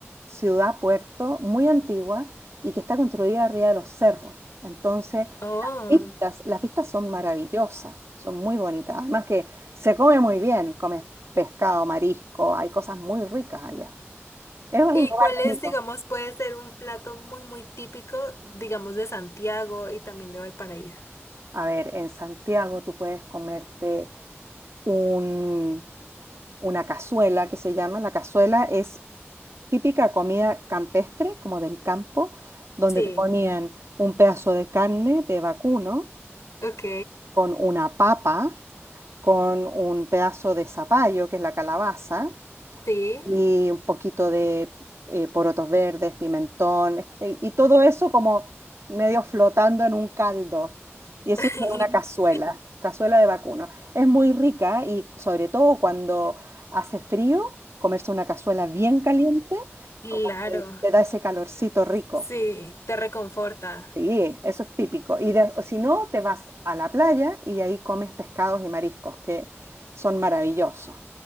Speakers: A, on the right; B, on the left.
A: ciudad, puerto muy antigua y que está construida arriba de los cerros. Entonces,
B: Oh.
A: vistas, las vistas son maravillosas, son muy bonitas. Además que se come muy bien, comes pescado, marisco, hay cosas muy ricas allá. Es un
B: ¿Y
A: lugar
B: cuál es,
A: bonito.
B: digamos, puede ser un plato muy, muy típico, digamos, de Santiago y también de Valparaíso?
A: A ver, en Santiago tú puedes comerte un una cazuela que se llama. La cazuela es típica comida campestre, como del campo, donde
B: Sí.
A: te ponían un pedazo de carne de vacuno
B: Ok.
A: con una papa, con un pedazo de zapallo, que es la calabaza,
B: Sí.
A: y un poquito de eh, porotos verdes, pimentón, eh, y todo eso como medio flotando en un caldo. Y eso
B: <laughs>
A: es una cazuela, cazuela de vacuno. Es muy rica y sobre todo cuando hace frío, comerse una cazuela bien caliente,
B: Claro.
A: como que te da ese calorcito rico.
B: Sí. Te reconforta.
A: Sí, eso es típico. Y de- o si no, te vas a la playa y ahí comes pescados y mariscos, que son maravillosos.